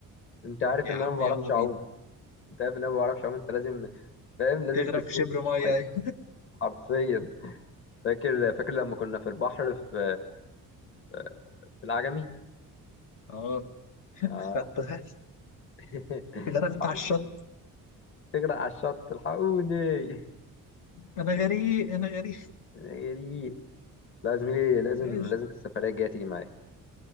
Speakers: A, on the left (about 35°); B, on the left (about 70°).
A: انت عارف
B: يا
A: ان
B: عم
A: انا ما بعرفش
B: يلا بينا
A: اعوم انت عارف ان انا ما بعرفش اعوم انت لازم فاهم لازم
B: تغرق
A: تسندني
B: في شبر
A: في
B: مية
A: المية.
B: ايوه
A: حرفيا فاكر فاكر لما كنا في البحر في في في العجمي
B: اه
A: آه،
B: خدت غرق-
A: <laughs>
B: غرقت
A: الحقوني
B: على الشط
A: تغرق على الشط الحقوني
B: انا غريق انا غريق
A: أنا جريء لا زميلي لازم
B: ماشي.
A: لازم السفرية الجاية تيجي معايا